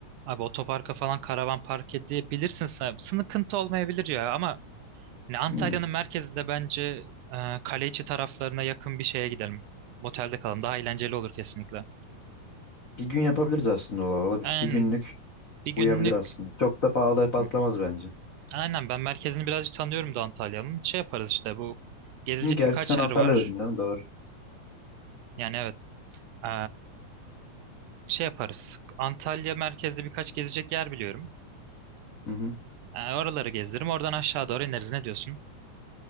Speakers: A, on the right (about 80°); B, on the left (about 55°).
A: Abi otoparka falan karavan park edebilirsin. sen. Sıkıntı olmayabilir ya ama hani Antalya'nın
B: Hmm,
A: merkezinde bence e, kale içi taraflarına yakın bir şeye gidelim. Motelde kalalım. Daha eğlenceli olur kesinlikle.
B: bir gün yapabiliriz aslında ola- olabilir.
A: Yani
B: Bir günlük
A: bir günlük.
B: uyabilir aslında. Çok da pahalıya patlamaz
A: Hı hı.
B: bence.
A: Aynen ben merkezini birazcık tanıyorum da Antalya'nın. Şey yaparız işte bu gezilecek
B: Hı, Gerçi
A: birkaç
B: sen Antalya'daydın
A: yer var.
B: değil mi? Doğru.
A: Yani evet. Ee, şey yaparız. Antalya merkezde birkaç gezecek yer biliyorum.
B: Hı hı.
A: Ee, oraları gezdiririm. Oradan aşağı doğru ineriz. Ne diyorsun?